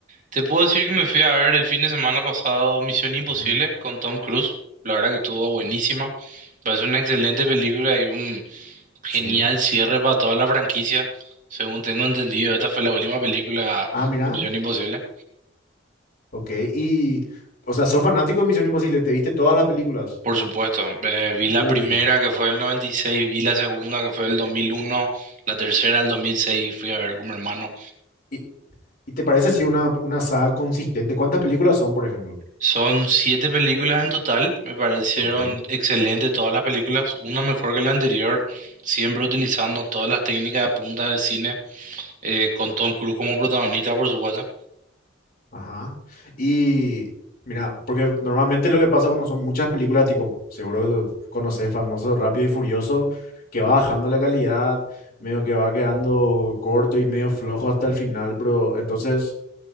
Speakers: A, on the right; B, on the left.
A: te puedo decir que me fui a ver el fin de semana pasado Misión Imposible
B: Ujú,
A: con Tom Cruise. La verdad que estuvo buenísima. Parece una excelente película y un genial
B: Sí.
A: cierre para toda la franquicia. Según tengo entendido, esta fue la última película
B: Ah, mira.
A: de Misión Imposible.
B: Ok. Y, o sea, sos fanático de Misión Imposible. ¿Te viste todas las películas?
A: Por supuesto, eh, vi la
B: Uh.
A: primera que fue el 96, vi la segunda que fue el 2001, la tercera el 2006 y fui a ver con mi hermano.
B: ¿Y, y te parece así una, una saga consistente? ¿Cuántas películas son, por ejemplo?
A: Son siete películas en total, me parecieron
B: Ok.
A: excelentes todas las películas, una mejor que la anterior, siempre utilizando todas las técnicas de punta del cine, eh, con Tom Cruise como protagonista, por supuesto,
B: Ajá. Y mira, porque normalmente lo que pasa cuando son muchas películas, tipo, seguro que tú conoces famoso Rápido y Furioso, que va bajando la calidad, medio que va quedando corto y medio flojo hasta el final, pero entonces